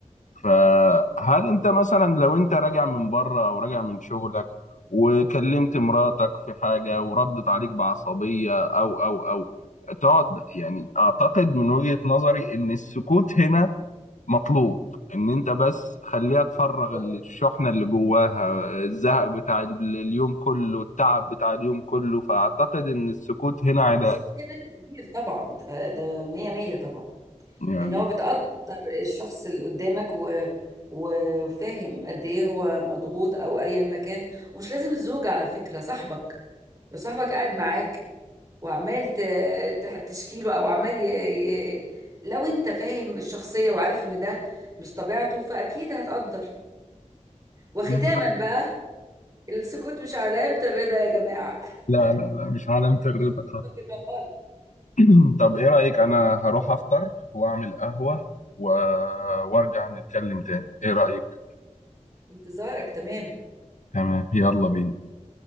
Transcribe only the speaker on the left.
فهل انت مثلا لو انت راجع من بره او راجع من شغلك وكلمت مراتك في حاجة وردت عليك بعصبية او او او تقعد يعني اعتقد من وجهة نظري ان السكوت هنا مطلوب ان انت بس خليها تفرغ
الشحنة اللي جواها الزهق بتاع ال- اليوم كله التعب بتاع اليوم كله فاعتقد ان السكوت هنا علاج
يعني
أنا-
لا لا لا مش علامة الرضا
<clears throat> طب ايه رأيك انا هروح افطر واعمل قهوة و... وارجع نتكلم تاني ايه رأيك
تمام يلا بينا